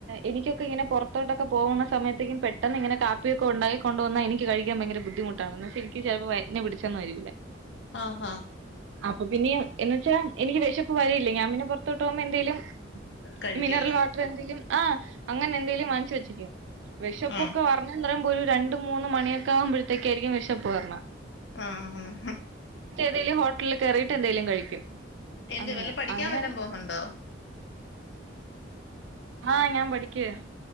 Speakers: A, on the right; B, on the left.
A: എനിക്കൊക്കെ ഇങ്ങനെ പൊറത്തോട്ടൊക്കെ പോകുന്ന സമയത്തേക്കും പെട്ടെന്ന് ഇങ്ങനെ കാപ്പിയൊക്കെ ഉണ്ടാക്കി കൊണ്ട വന്നാ എനിക്ക് കഴിക്കാൻ ഭയങ്കര ബുദ്ധിമുട്ടാണ്ന്ന്വെച്ച എനിക്ക് ചിലപ്പോ വയറ്റ്ന്ന് പിടിച്ചന്നും വരില്ല
B: ആഹ് അഹ്
A: അപ്പൊ പിന്യ എ പക്ഷേ എനിക്ക് വെഷപ്പ് വരെല്ല ഞാൻ പിന്നെ പൊറത്തോട്ട് പോമ്പോ എന്തേലും
B: കഴിക്കുവല്ലേ
A: മിനറൽ വാട്ടർ എന്തെലും ആഹ് അങ്ങനെ എന്തെലും വാങ്ങിച്ചു വെച്ചേക്കും വിശപ്പൊക്കെ
B: ആഹ്
A: വറ അത്രപോരു രണ്ട് മൂന്ന് മണിയൊക്കെ ആകുമ്പോഴത്തേക്കായിരിക്കും വെശപ്പ് വരണേ
B: ആഹ് ആണ്
A: എതെലും ഹോട്ലിൽ കെറിട്ട് എന്തേലും കഴിക്കും
B: എന്ത്
A: അങ്ങനെ
B: വല്ല പഠിക്കാൻ
A: അങ്ങനെ
B: വല്ലം പോുന്നുണ്ടോ
A: ആഹ് ഞാൻ പഠിക്കാ